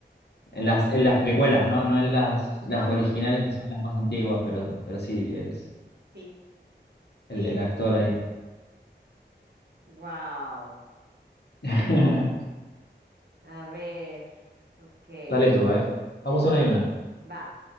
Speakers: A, on the left; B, on the right.
A: en las, en las precuelas, ¿no? No en las, las
B: No, no.
A: originales que son las más antiguas, pero, pero sí, es
B: Sí.
A: el,
B: Sí,
A: el actor
B: sí.
A: ahí.
B: Wow.
A: <laughs>
B: A ver. Ok, a
A: Dale tú,
B: ver.
A: a ver. Vamos
B: A
A: una
B: ver.
A: y una.
B: Va.